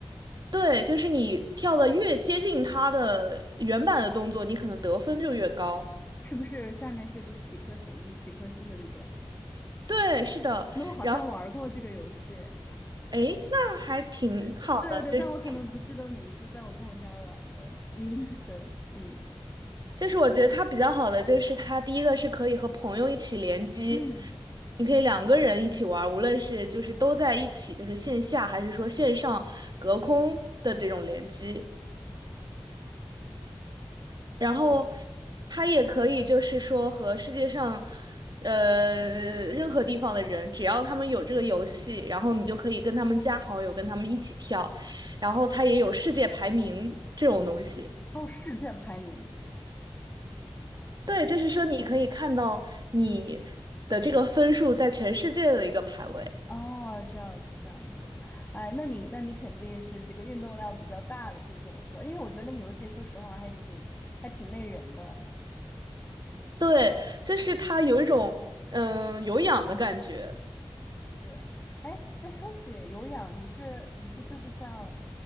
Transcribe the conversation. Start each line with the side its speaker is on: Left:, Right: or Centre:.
Right: 对，就是你跳的越接近它的原版的动作，你可能得分就越高。
Left: 是不是下面是就是几颗星、几颗星的这种？
Right: 对，是的，
Left: 那我好像玩过这个游戏，
Right: 然后
Left: 呃
Right: 诶，那还挺好的，
Left: 对对对，
Right: 就嗯。
Left: 但我可能不记得名字，在我朋友家玩的。嗯，<laughs> 对，嗯
Right: 就是我觉得它比较好的就是它第一个是可以和朋友一起联机，
Left: 嗯，
Right: 你可以两个人一起玩儿无论是就是都在一起，就是线下还是说线上隔空的这种联机。然后
Left: 对，
Right: 它也可以就是说和世界上呃任何地方的人，只要他们有这个游戏，然后你就可以跟他们加好友，跟他们一起跳。然后它也有世界排名这种东西。
Left: 哦，世界排名，
Right: 对，就是说你可以看到你的这个分数在全世界的一个排位。
Left: 哦，这样子这样子，哎，那你那你肯定是这个运动量比较大的这种是吧？因为我觉得那个游戏说实话还挺还挺累人的。
Right: 对，就是它有一种嗯有氧的感觉。
Left: 对，哎，那说起有氧，你是你是就是像，